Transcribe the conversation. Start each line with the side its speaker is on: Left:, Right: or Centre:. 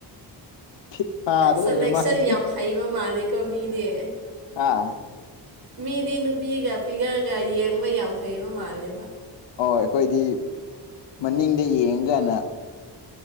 Left: ꯐꯤꯠ ꯐꯥꯗ
Right: ꯁꯦꯂꯦꯛꯁꯟ
Left: ꯂꯩꯔꯦ ꯃꯥꯗꯤ
Right: ꯌꯥꯝ ꯍꯩꯕ ꯃꯥꯜꯂꯦꯀꯣ ꯃꯤꯗꯤ
Left: ꯑꯥ
Right: ꯃꯤꯗꯤ ꯅꯨꯄꯤꯒ ꯐꯤꯒꯔꯒ ꯌꯦꯡꯕ ꯌꯥꯝ ꯍꯩꯕ ꯃꯥꯜꯂꯦꯕ
Left: ꯑꯣ ꯑꯩꯈꯣꯏꯗꯤ ꯃꯅꯤꯡꯗ ꯌꯦꯡꯒꯅ